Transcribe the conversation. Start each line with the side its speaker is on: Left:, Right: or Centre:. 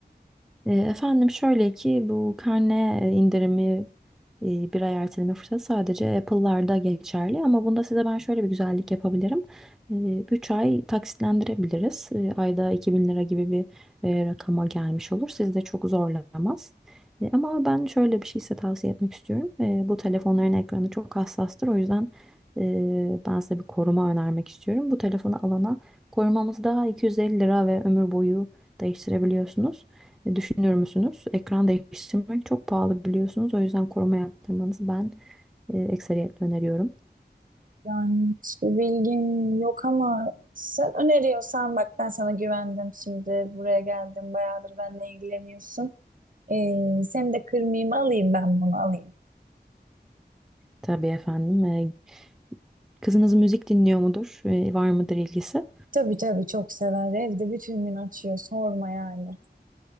Centre: E, Efendim şöyle ki bu karne e, indirimi e, bir ay erteleme fırsatı sadece Apple'larda geçerli ama bunda size ben şöyle bir güzellik yapabilirim. 3 ay taksitlendirebiliriz. E, Ayda 2000 lira gibi bir e, rakama gelmiş olur. Sizi de çok zorlamaz. E, Ama ben şöyle bir şey size tavsiye etmek istiyorum. E, Bu telefonların ekranı çok hassastır. O yüzden e, ben size bir koruma önermek istiyorum. Bu telefonu alana korumamızda 250 lira ve ömür boyu değiştirebiliyorsunuz. E, Düşünüyor musunuz? Ekran değiştirmek çok pahalı biliyorsunuz. O yüzden koruma yaptırmanızı ben e, ekseriyetle öneriyorum.
Right: Yani hiçbir bilgim yok ama sen öneriyorsan bak ben sana güvendim şimdi buraya geldim bayağıdır benle ilgileniyorsun. Ee, seni de kırmayayım alayım ben bunu alayım.
Centre: Tabii efendim. E, kızınız müzik dinliyor mudur? E, var mıdır ilgisi?
Right: Tabii tabii çok sever evde bütün gün açıyor sorma yani.